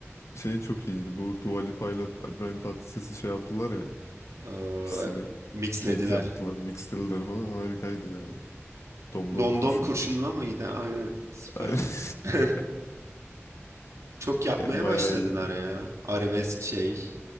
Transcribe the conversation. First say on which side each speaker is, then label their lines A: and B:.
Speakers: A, on the left; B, on the right.
A: şey çok iyiydi. Bu Dua Lipa ile İbrahim Tatlıses'i şey yaptılar ya.
B: Ee,
A: İkisini
B: mixlediler.
A: feat yaptılar. Mixlediler falan. Harikaydı ya. Domdom
B: Domdom
A: kurşunu.
B: kurşunla mıydı? Aynen. Süper.
A: <laughs>
B: <laughs> Çok yapmaya
A: E, Bayağı
B: başladılar
A: iyiydi.
B: ya. Arabesk şey.